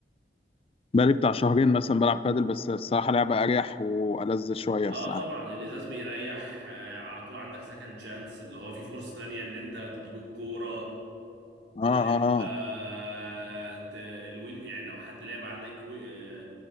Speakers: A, on the left; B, on the right.
A: بقالي بتاع شهرين مثلا بلعب بادل بس الصراحه لعبه اريح والذ
B: اه
A: شويه الصراحه
B: طبعا الازاز بيريح آه على طول عندك سكند شانس اللي هو في فرصه تانية ان انت تجيب الكوره
A: اه
B: اللي انت
A: اه اه
B: آه، ت- الوين يعني لو حد لعب عليك وي- آه،